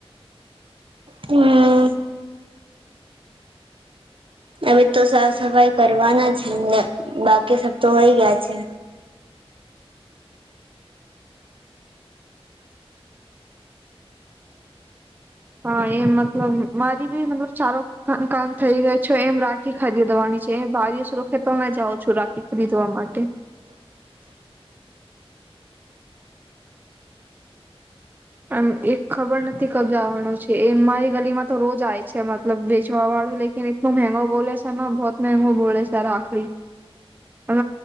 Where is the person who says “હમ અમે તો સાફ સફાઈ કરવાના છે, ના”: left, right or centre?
Right